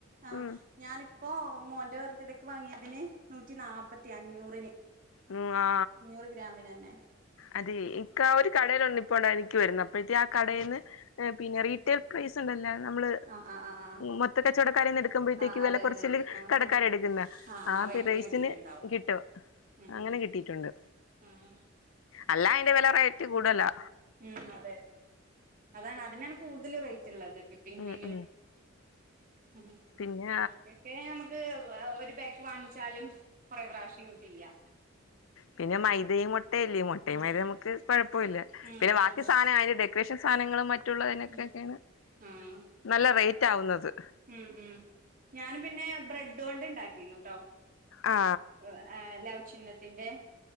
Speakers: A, on the right (about 45°); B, on the left (about 80°).
A: അ
B: ഉം
A: ഞാന് പ്പൊ മോന്റെ ബർത്തിടയ്ക് വാങ്ങിയതിന് നൂറ്റി നാപ്പത്തി അഞ്ഞൂറിന്
B: ഹ് ആ
A: അഞ്ഞൂറ് ഗ്രാമിനെന്നെ
B: അതെ ഇന്ക് ഒരു കടേല് നിപ്പു നിക്കണ്ടായിനി അപ്പോഴത്തേക് ആ കടേന്ന്
A: ആഹ്
B: <unintelligible> നമ്മള്
A: ആഹ് ആഹ് ആഹ് ആഹ്
B: മൊത്ത കച്ചവടക്കാരെന്ന് എടുക്കുബോയത്തേക്
A: ആഹ്
B: വേല
A: അതെ
B: കൊറച്ചില്
A: അതെ അതെ ആഹ്
B: കടകാര്
A: ഉം
B: എടുക്കുന്നെ
A: ആഹ്
B: ആ
A: റേറ്റില്
B: റൈസിന്
A: കിട്ടിയിട്ടുണ്ടാവും
B: കിട്ടും
A: ഉം
B: അങ്ങനെ
A: ഉം
B: കിട്ടീട്ടുണ്ട്
A: ആഹ്
B: അല്ലയ്ന്റെ വേല റൈറ്റ് കൂടുതലാ
A: ഹ് അതെ അതാണ് അതി കൂടുതല് റൈറ്റ്ള്ളത് വിപ്പിംഗ്
B: ഉം
A: ക്രീമിന്
B: ഉം
A: ഹ്
B: പിന്നെ
A: ബാക്കി ഒക്കെ നമുക്ക് വെ ഒരു പേക്ക് വാഗിച്ചാലും കുറെ പ്രാവശ്യം യൂസ് യ
B: പിന്നെ മൈദയും ട്ടയല്ലേ മൊട്ടയും
A: ഉം
B: മൈദയും നമ്മക്ക് കോയ പോല്യ
A: ഉം
B: ബാക്കി
A: അതെ
B: സാനം അയ്ന്റെ ഡെകാറേഷൻ സാദനങ്ങളും മ
A: ഉം ആഹ്
B: <inaudible> തെറ്റാവുന്നത്
A: ഉം.. ഉം.. ഞാനും പിന്നെ ബ്രെഡുകൊണ്ടുണ്ടാക്കിയിരുന്നീട്ടോ
B: ആ
A: അ.. ആ.. ലൗ ചിഹ്നത്തിന്റെ